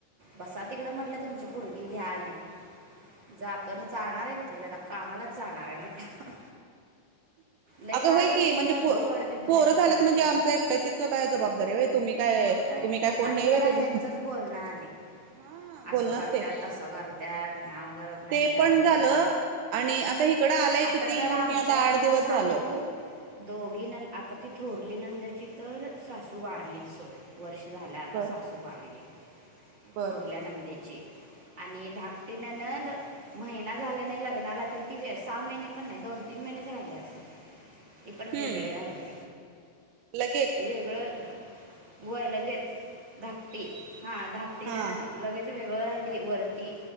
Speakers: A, on the right; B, on the right.
A: बसा तिकडं म्हटलं तुमची
B: हा
A: परगी घ्या आणि जाताना
B: हा
A: जाणाराय आहे म्हटलं आता मी कामालाच जाणार आहे म्हटलं लई
B: अगं
A: राग
B: होय
A: येते
B: की म्हणजे
A: जरा
B: पोरं
A: जाऊ वाढते बाहेर
B: झाल्यात
A: पुढे वाढते
B: म्हणजे आमच्या एकट्याचीच काय जबाबदारी आहे होय तुम्ही
A: मग काय
B: तुम्ही
A: तर
B: कोण
A: आणि
B: नाही
A: वर
B: होय
A: ह्यांचंच
B: त्याच
A: बोलणं आणि
B: हा बोलणं
A: अस करत्यात
B: असतंय
A: तसं करत्यात ह्यावं करत नाहीत
B: ते
A: त्याव्ह
B: पण झालं
A: करत नाही
B: आणि आता हिकडं आलंय
A: आता
B: किती
A: तर
B: येऊन
A: आमच्यात
B: मी आता आठ
A: बघ
B: दिवस
A: सांगू
B: झालं
A: दोघी
B: हम्म
A: न आता तिथ थोरली नंदची तर सासू वारलीच सोड वर्ष झालं आता
B: बर
A: सासू वारली
B: बर
A: थोरल्यानंदेची आणि धाकटी नणंद महिना झाले नाही लग्नाला तर ती व सहा महिने पण नाही दोन तीन महिनेच राहिले असेल ते पण वेगळे
B: हम्म
A: राहिले
B: लगेच
A: वेगळं होय लगेच धाकटी हा धाकटी
B: हा
A: नणंद लगेच वेगळं राहिली
B: हा
A: वरती